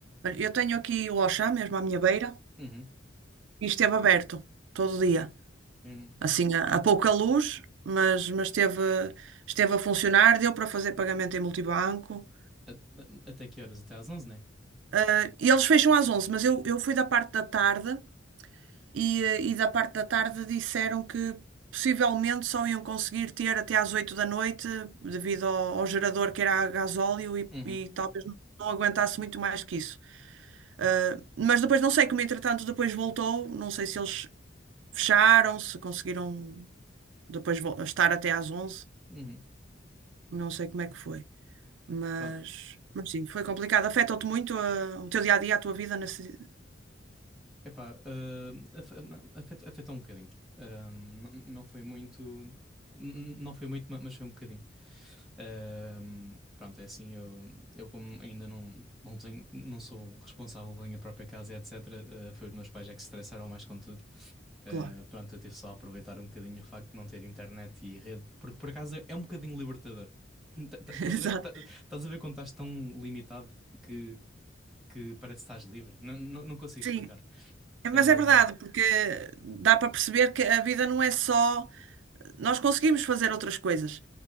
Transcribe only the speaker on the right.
Olha, Eu tenho aqui o Auchan mesmo à minha beira
e esteve aberto todo dia.
assim a, a pouca luz, mas, mas esteve, esteve a funcionar, deu para fazer pagamento em multibanco.
Eh, E eles fecham às 11 mas eu, eu fui da parte da tarde e, eh, e da parte da tarde disseram que possivelmente só iam conseguir ter até às 8 da noite, devido ao, ao gerador que era a gasóleo e,
e talvez não aguentasse muito mais que isso. Eh, mas depois não sei como entretanto depois voltou, não sei se eles fecharam, se conseguiram depois vol- estar até às onze
não sei como é que foi. Mas,
mas sim, foi complicado. Afeta-te muito a- o teu dia a dia, a tua vida nesse. si-?
Claro,
<laughs>
exato.
Sim,
mas é verdade, porque dá para perceber que a vida não é só. Nós conseguimos fazer outras coisas.